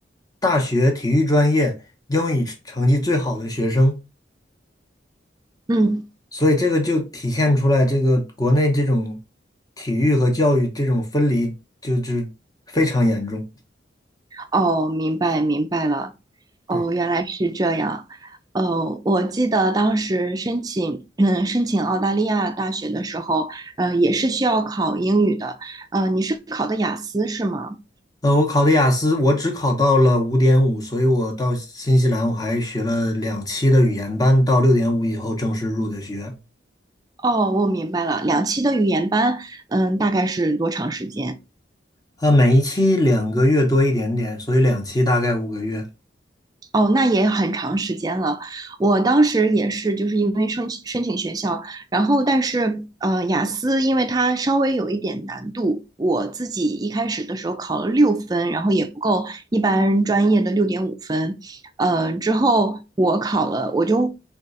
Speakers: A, on the left; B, on the right.
A: 大学体育专业英语成绩最好的学生，
B: 嗯，
A: 所以这个就体现出来，这个国内这种体育和教育这种分离就就非常严重。
B: 哦，明白明白了，哦，
A: 对。
B: 原来是这样，呃，我记得当时申请，嗯，申请澳大利亚大学的时候，呃，也是需要考英语的，呃，你是考的雅思是吗？
A: 呃，我考的雅思，我只考到了五点五，所以我到新西兰我还学了两期的语言班，到六点五以后正式入的学。
B: 哦，我明白了，两期的语言班，嗯，大概是多长时间？
A: 呃，每一期两个月多一点点，所以两期大概五个月。
B: 哦，那也很长时间了。我当时也是，就是因为申申请学校，然后但是呃，雅思因为它稍微有一点难度，我自己一开始的时候考了六分，然后也不够一般专业的六点五分。呃，之后我考了，我就